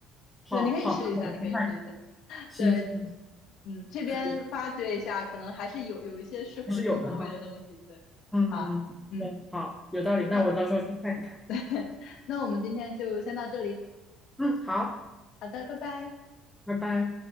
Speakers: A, in the centre; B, on the left (about 70°).
A: 好好，
B: 对，你可以试一下，
A: 那我去看一看。
B: 你可以试一下。
A: 行，
B: 对，
A: 行
B: 嗯，这边发掘一下，
A: 可以，
B: 可能还是有有一些适合中国味的东西。
A: 还是有的哈。
B: 对，
A: 嗯，
B: 好，嗯，
A: 对，好，有道理，那我到时候去看一看。
B: 那 <laughs> 那我们今天就先到这里，
A: 嗯，好，
B: 好的，拜拜。
A: 拜拜。